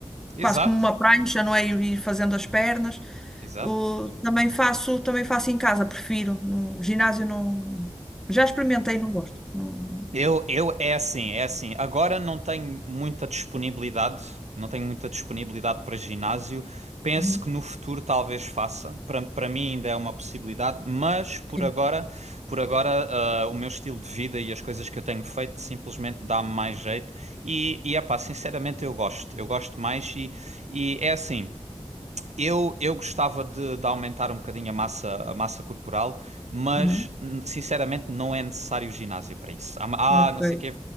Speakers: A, on the right; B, in the centre.
A: Exato,
B: quase como uma prancha, não é? Ir fazendo as pernas.
A: exato.
B: O- também faço, também faço em casa, prefiro. No ginásio não. Já experimentei, não gosto. Não-
A: Eu, eu, é assim, é assim. Agora não tenho muita disponibilidade, não tenho muita disponibilidade para ginásio. Penso
B: Uhum,
A: que no futuro talvez faça. Para, para mim ainda é uma possibilidade, mas por
B: Sim.
A: agora, por agora, ah, o meu estilo de vida e as coisas que eu tenho feito simplesmente dá-me mais jeito. E, e é pá, sinceramente eu gosto. Eu gosto mais e, e é assim. Eu, eu gostava de, de aumentar um bocadinho a massa, a massa corporal, mas
B: Uhum.
A: n- sinceramente não é necessário ginásio para isso. Ah,
B: Ok.
A: ah, não sei o quê.